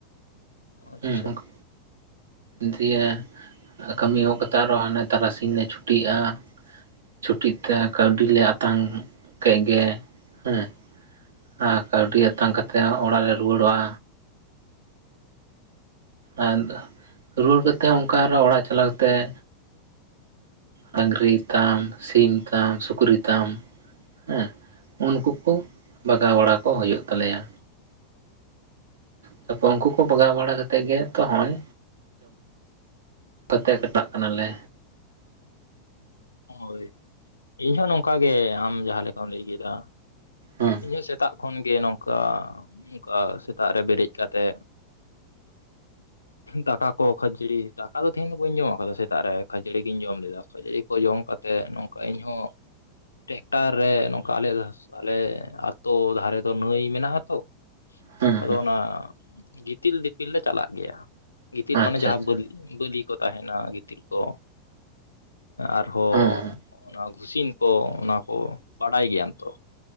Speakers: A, on the left; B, on the right.
A: ᱟᱪᱪᱷᱟ
B: ᱦᱮᱸ ᱚᱱᱠᱟ ᱫᱤᱭᱮ ᱠᱟᱹᱢᱤ ᱮᱦᱚᱵᱚ ᱠᱟᱛᱮᱫ ᱟᱨ ᱦᱟᱱᱮ ᱛᱟᱨᱟᱥᱤᱧ ᱞᱮ ᱪᱷᱩᱴᱤᱜᱼᱟ ᱪᱷᱩᱴᱤᱜ ᱛᱮ ᱠᱟᱹᱣᱰᱤ ᱞᱮ ᱟᱛᱟᱝ ᱠᱮᱫ ᱜᱮ ᱦᱮᱸ ᱟᱨ ᱠᱟᱹᱣᱰᱤ ᱟᱛᱟᱝ ᱠᱟᱛᱮᱫ ᱦᱚᱸ ᱚᱲᱟᱜ ᱞᱮ ᱨᱩᱣᱟᱹᱲᱚᱜᱼᱟ ᱟ ᱨᱩᱣᱟᱹᱲ ᱠᱟᱛᱮ ᱦᱚᱸ ᱚᱱᱠᱟ ᱚᱲᱟᱜ ᱪᱟᱞᱟᱣ ᱠᱟᱛᱮᱫ ᱰᱟᱝᱨᱤ ᱛᱟᱢ ᱥᱤᱢ ᱛᱟᱢ ᱥᱩᱠᱨᱤ ᱛᱟᱢ ᱦᱮᱸ ᱩᱱᱠᱩ ᱠᱚ ᱵᱟᱜᱟᱣ ᱵᱟᱲᱟ ᱠᱚ ᱦᱩᱭᱩᱜ ᱛᱟᱞᱮᱭᱟ ᱛᱟᱯᱚᱨ ᱩᱱᱠᱩ ᱠᱚ ᱵᱟᱜᱟᱣ ᱵᱟᱲᱟ ᱠᱟᱛᱮᱜ ᱜᱮ ᱛᱚ ᱦᱚᱜᱚᱭ ᱠᱟᱛᱮᱜ ᱠᱟᱴᱟᱜ ᱠᱟᱱᱟᱞᱮ
A: ᱦᱳᱭ ᱤᱧ ᱦᱚᱸ ᱱᱚᱝᱠᱟ ᱜᱮ ᱟᱢ ᱡᱟᱦᱟᱸ ᱞᱮᱠᱟᱢ ᱞᱟᱹᱭ ᱠᱮᱫᱟ
B: ᱦᱮᱸ
A: ᱤᱧ ᱦᱚᱸ ᱥᱮᱛᱟᱜ ᱠᱷᱚᱱᱜᱮ ᱱᱚᱝᱠᱟ ᱚᱱᱠᱟ ᱥᱮᱛᱟᱜ ᱨᱮ ᱵᱮᱨᱮᱫ ᱠᱟᱛᱮ ᱫᱟᱠᱟ ᱠᱚ ᱠᱷᱟᱹᱡᱲᱤ ᱫᱟᱠᱟ ᱫᱚ ᱛᱮᱦᱤᱧ ᱫᱚ ᱵᱟᱹᱧ ᱡᱚᱢᱟᱜ ᱟᱠᱟᱫᱟ ᱥᱮᱛᱟᱜ ᱨᱮ ᱠᱷᱟᱹᱡᱟᱹᱲᱤ ᱜᱤᱧ ᱡᱚᱢ ᱞᱮᱫᱟ ᱠᱷᱟᱹᱡᱟᱰᱤ ᱠᱚ ᱡᱚᱢ ᱠᱟᱛᱮ ᱱᱚᱝᱠᱟ ᱤᱧ ᱦᱚᱸ ᱴᱮᱠᱴᱟᱨ ᱨᱮ ᱱᱚᱝᱠᱟ ᱟᱞᱮ ᱟᱞᱮ ᱟᱛᱳ ᱫᱷᱟᱨᱮ ᱫᱚ ᱱᱟᱹᱭ ᱢᱮᱱᱟᱜ ᱟ ᱛᱚ
B: ᱦᱮᱸ
A: ᱟᱫᱚ
B: ᱦᱮᱸ
A: ᱚᱱᱟ ᱜᱤᱛᱤᱞ ᱫᱤᱯᱤᱞ ᱞᱮ ᱪᱟᱞᱟᱜ ᱜᱮᱭᱟ ᱜᱤᱛᱤᱞ
B: ᱟᱪᱪᱷᱟ
A: ᱢᱟᱱᱮ ᱡᱟᱦᱟᱸ
B: ᱟᱪᱪᱷᱟ
A: ᱵᱟᱞᱤ ᱵᱟᱹᱞᱤ ᱠᱚ ᱛᱟᱦᱮᱱᱟ ᱜᱤᱛᱤᱞ ᱠᱚ ᱟᱨᱦᱚᱸ
B: ᱦᱮᱸ ᱦᱮᱸ
A: ᱚᱱᱟ ᱜᱷᱩᱥᱤᱱ ᱠᱚ ᱚᱱᱟ ᱠᱚ ᱵᱟᱰᱟᱭ ᱜᱮᱭᱟᱢ ᱛᱚ